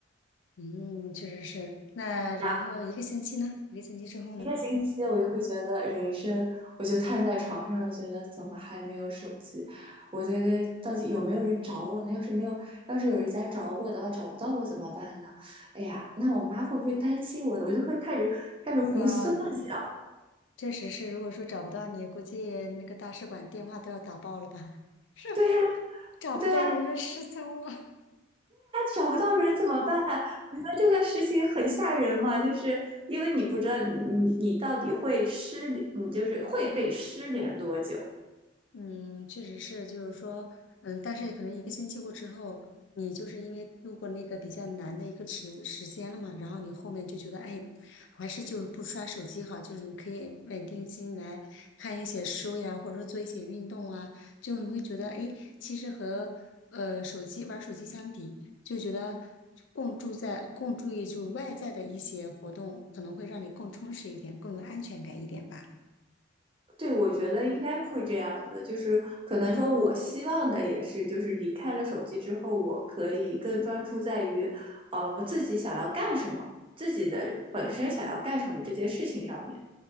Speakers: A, on the left; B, on the right.
A: 嗯，确实是。那然后一个星期呢？
B: 然后
A: 一个星期之后呢？
B: 一个星期，我就会觉得人生，我就瘫在床上，觉得怎么还没有手机？我这个到底有没有人找我呢？要是没有，要是有人家找我的话，找不到我怎么办呢？哎呀，那我妈会不会担心我呢？我就会开始开始胡思乱想。
A: 啊，确实是。如果说找不到你，估计那个大使馆电话都要打爆了吧？<laughs> 是
B: 对呀、
A: 找不到人了，
B: 对呀、
A: 失踪了。
B: 找不到人怎么办？我觉得这个事情很吓人嘛，就是因为你不知道你你你到底会失你就是会被失联多久。
A: 嗯，确实是，就是说，嗯，但是可能一个星期过之后，你就是因为度过那个比较难的一个时时间了嘛，然后你后面就觉得，哎，还是就是不刷手机好，就是你可以稳定心来看一些书呀，或者说做一些运动啊，就你会觉得，哎，其实和呃手机玩手机相比，就觉得更注在更注意就外在的一些活动，可能会让你更充实一点，更有安全感一点吧。
B: 对，我觉得应该会这样子，就是可能说，我希望的也是，就是离开了手机之后，我可以更专注在于，呃，自己想要干什么，自己的本身想要干什么这件事情上面。